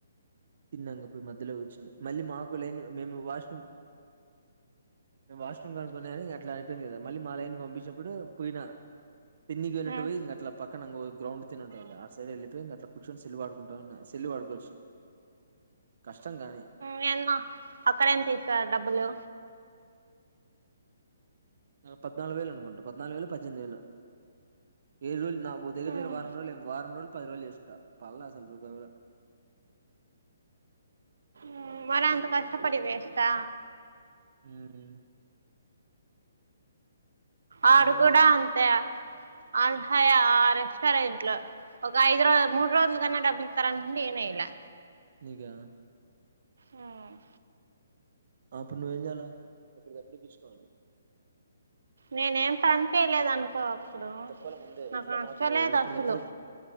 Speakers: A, on the right; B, on the right.
A: తిన్నాంక పోయి మధ్యలో కూర్చుని మళ్ళీ మాకు లైన్ మేము వాష్రూమ్ వాష్రూమ్ అనుకొని గాని ఇట్లా అయిపోయింది కదా మళ్ళీ మా లైన్ కి పంపించినప్పుడు పోయినా తిన్నికి పోయినట్టు
B: ఉమ్
A: పోయి ఇంక అట్లా పక్ అక్కడ ను గ్రౌండ్ తీరు ఉంటది ఆ సైడ్ వెళ్ళిపోయి ఇంకా అట్లా కూర్చొని సెల్ వాడుకుంటా ఉన్నా సెల్ వాడుకోవచ్చు కష్టం కానీ
B: నేన్న అక్కడ ఎంత ఇస్తారు డబ్బులు
A: పద్నాలుగు వేలు అనుకుంటా పద్నాలుగు వేలో పద్దెనిమిది వేలో ఏడు రోజులు నా దగ్గర
B: ఉమ్
A: దగ్గర వారం రోజులు ఏ వారం రోజులు పది రోజులు చేసిన పల్లా అసల్ రూపాయి కూడా
B: ఉమ్ మరి అంత కష్టపడి వెస్టా
A: ఉహు మామూలే
B: ఆడు కూడా
A: ఇంకా
B: అంతే అల్హాయ ఆ రెస్టారెంట్ లో ఒక ఐదు రోజు మూడు రోజుల కన్నా డబ్బు ఇస్తారండి ఇయానే ఇయలా
A: నీకా
B: ఉమ్
A: ఆ అప్పుడు నువ్వేం చేయాలా ఎప్పటికప్పుడు చూపిచుకోవాలి
B: నేనేం పని చేయలేదు అనుకో అప్పుడు
A: చెప్పాలి ముందే
B: నాకు
A: ఇట్లా
B: నచ్చలేదు
A: మాకు ఎప్పుడి
B: అసలు
A: తప్పుడు